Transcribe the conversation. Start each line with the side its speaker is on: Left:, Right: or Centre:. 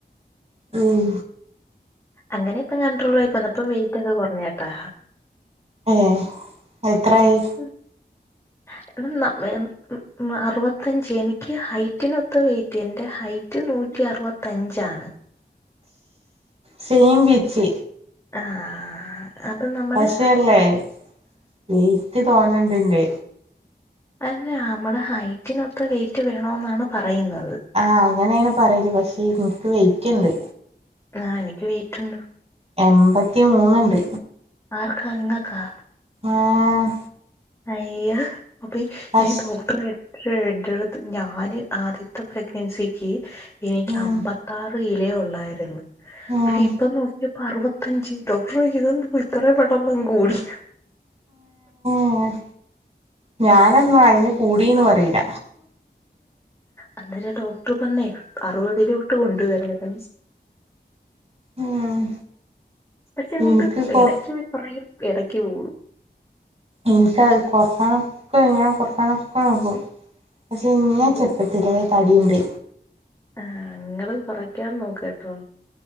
Right: ഉം
Left: അങ്ങനെ ഇപ്പം കൺണ്ട്രോൾ ആയി പന്നപ്പം വെയ്റ്റൊക്കെ കൊർ ഞ്ഞെട്ടാ
Right: ഏഹ് എത്രായി?
Left: ഉ <inaudible> എടാ ന അറുവത്തഞ്ച് എനിക്ക് ഹൈറ്റിനൊത്ത വെയിറ്റ്. എന്റെ ഹൈ നൂറ്റി അറുവത്തഞ്ചാണ്
Right: സെയിം പിച്ച്
Left: ആഹ് അത് നമ്മടെ
Right: പക്ഷേല്ലേ വെയിറ്റ് തോനെണ്ട് ഇന്റെ
Left: അല്ല അമ്മടെ ഹൈറ്റിനൊത്ത വെയിറ്റ് വേണോന്നാണ് പറയുന്നത്.
Right: ആഹ് അങ്ങനെയാണ് പറയല് പക്ഷേ ഇൻക് വെയിറ്റ്ണ്ട്.
Left: ആഹ്. എനിക്ക് വെയ്റ്റ്ണ്ട്
Right: എമ്പത്തി മൂന്നുണ്ട്
Left: ആർക്കാ ഇങ്ങക്കാ?
Right: ആഹ്
Left: അയ്യോ അപ്പ
Right: പഷ്
Left: ഈ ഡോക്ടറെ ഏറ്റടുത്ത് ഞാന് ആദ്യത്തെ പ്രഗ്നൻസിക്ക് എനിക്ക്
Right: ഉം
Left: അമ്പത്താറ്. ഏ ലെ ഉള്ളായിരുന്നു
Right: ഉം
Left: ഇപ്പൊ നോക്ക അറുവത്തഞ്ച് ഡോക്ടർ ചോയ്ക്കാ ഇതെന്ത് ഇത്രയും പെട്ടന്ന് അങ്ങട് കൂട്യോ
Right: ഉം ഞാനൊന്നും അയ്ന് കൂടിന്ന് പറയൂല
Left: അന്നേരം ഡോക്ടർ പറഞ്ഞേ അറുപതിലോട്ട് കൊണ്ടുവരാർന്നു.
Right: ഉം
Left: പക്ഷേ അങ്ങോട്ട്
Right: ഇനിക്ക് കൊർ
Left: എടയ്ക്ക് വെയ് കുറയും എടയ്ക്ക് കൂടും.
Right: എനിക്കത് കൊറക്കണം. ക്കെ ഞാനത് കൊറക്കാനൊക്ക നോക്കും പക്ഷേ ഞാൻ
Left: അപ്പൊ
Right: ചെറുപ്പത്തിലേ തടിയ്ണ്ട്
Left: ആഹ് ഇങ്ങള് കൊറക്കാൻ നോക്ക് ട്ടോ